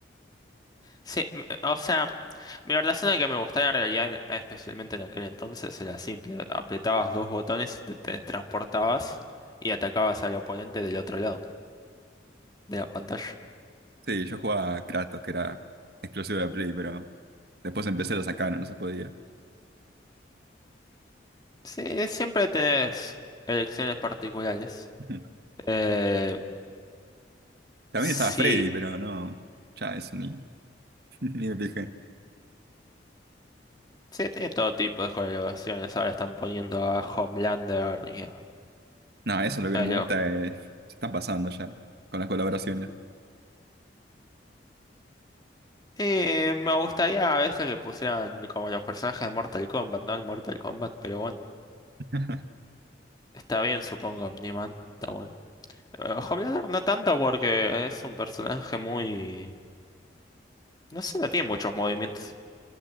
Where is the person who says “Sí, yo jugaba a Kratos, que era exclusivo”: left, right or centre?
Right